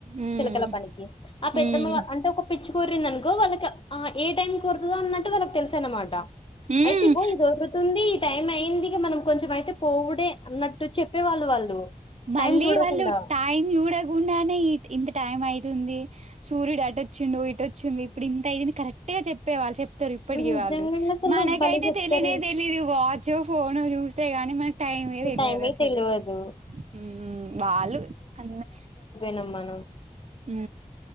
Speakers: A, on the right; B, on the left.
A: ఉమ్
B: చెలకల పనికి ఆ పెద్దమ్మ
A: ఉమ్
B: వా అంటే ఒక పిచ్ చ్చుక ఒర్రిందనుకో వాళ్ళకి ఆ ఏ టైమ్కు ఒర్రుతదో అన్నట్టు వాళ్ళకు తెల్స అన్నమాట.
A: ఉమ్
B: అయితే ఇగో ఇది ఒర్రుతుందీ. టైం అయింది ఇగ మనం కొంచెం అయితే పోవుడే అన్నట్టు చెప్పేవాళ్ళు వాళ్ళు.
A: మళ్ళీ
B: టైం చూడకుండా
A: వాళ్ళు టైం చూడకుండానే ఇ ఇంత టైం అయితుం దీ సూర్యుడు అటు వచ్చిండు ఇటు వచ్చింది ఇప్పుడు ఇంత ఐంది కరెక్ట్ గా చెప్ తే వాళ్ళు చెప్తరు ఇప్పటికి
B: నిజంగానే
A: వాళ్ళు.
B: అసలు
A: మనకైతే
B: భలే చెప్తారు
A: తెలీనే తెలీదు వాచు ఫోను చూశ్ తే గాని మనకి టైమే తెల్వదు
B: టైమే
A: అసలు.
B: తెలవదు
A: ఊఊ వాళ్ళు కన్నె
B: నం మనం
A: ఊ